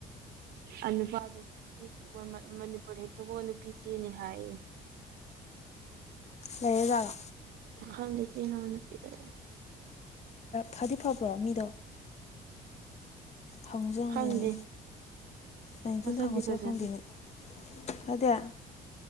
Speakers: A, on the right (about 65°); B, on the left (about 40°).
A: ꯑꯅꯨꯄꯥꯗ ꯅꯨꯄꯤꯣꯏ ꯃꯅꯤꯄꯨꯔ ꯍꯦꯛ ꯊꯣꯛꯣꯛꯑꯒ ꯅꯨꯄꯤ ꯆꯦꯅꯤ ꯍꯥꯏꯌꯦ
B: ꯂꯩꯌꯦꯦꯖꯥꯔꯣ
A: ꯍꯅꯅꯄꯤꯗ
B: ꯐꯗꯤ ꯐꯕ꯭ꯔꯣ ꯃꯤꯗꯣ ꯍꯪꯉꯨꯁ ꯍꯪꯗꯦꯅꯦ
A: ꯈꯪꯗꯦ
B: ꯀ
A: ꯃꯁꯛꯇꯤ
B: ꯇꯗ ꯍꯪꯉꯨꯁꯤꯕ
A: ꯐꯖꯗꯦ
B: ꯈꯪꯗꯦꯅꯦ ꯐꯗ